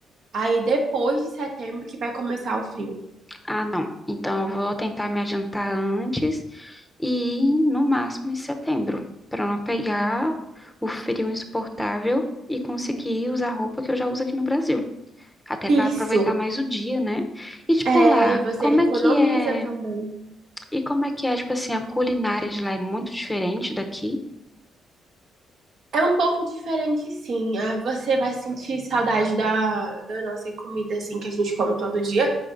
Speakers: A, on the right; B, in the centre.
A: Aí depois de setembro que vai começar o frio.
B: Ah, não. Então eu vou tentar me adiantar antes e ir no máximo em setembro, para não pegar o frio insuportável e conseguir usar roupa que eu já uso aqui no Brasil. Até
A: Isso.
B: para aproveitar mais o dia, né? E tipo
A: É,
B: lá,
A: e você
B: como
A: economiza
B: é que é
A: também.
B: E como é que é, tipo assim, a culinária de lá é muito diferente daqui?
A: É um pouco diferente, sim. Ah, Você vai sentir saudade da, da nossa comida, assim, que a gente come todo dia.